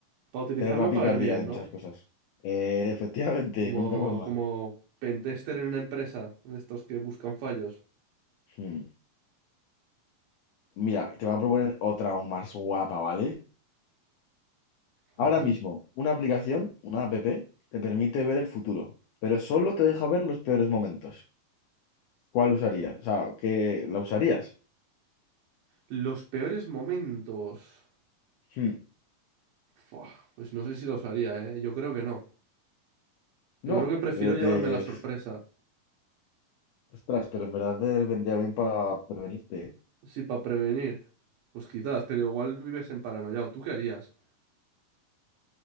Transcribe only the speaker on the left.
tener la picardía
de muchas
cosas. Eh, <laughs> efectivamente,
nunca para el mal.
Hmm. Mira, te voy a proponer otra aún más guapa, ¿vale?
Ahora mismo, una aplicación, una app, te permite ver el futuro, pero solo te deja ver los peores momentos. ¿Cuál usarías? O sea, ¿qué la usarías?
Hmm,
No,
pero
te
Ostras, pero en verdad te vendría bien para prevenirte, ¿eh?